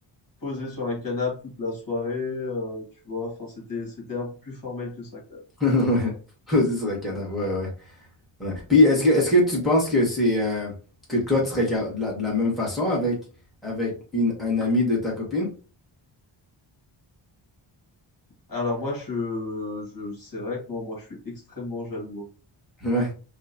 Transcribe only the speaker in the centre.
<laughs> Ouais. Vas-y sur le canapé, ouais, ouais. ouais. Puis est-ce que, est-ce que tu penses que c'est... euh, que toi, tu serais ca- de la, de la même façon avec, avec une, un ami de ta copine?
Ouais.